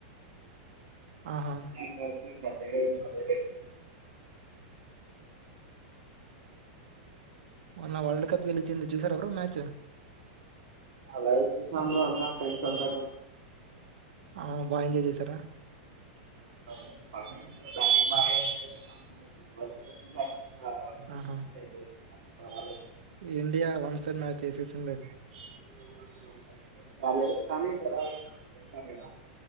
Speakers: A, on the right; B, on the right.
A: ఆహా
B: ఇష్ట ఇ అదే అ రీతి
A: మన్న వరల్డ్ కప్ గెలిచింది చూసార ఎప్పు మ్యాచ్
B: అలా సాం అదా పెంస్ంతా
A: ఆ బాగా ఎంజాయ్ చేసారా
B: <unintelligible> <unintelligible>
A: ఆహా ఇండియా వన్ సైడ్ మ్యాచ్ చేసేసింది
B: <unintelligible> కదా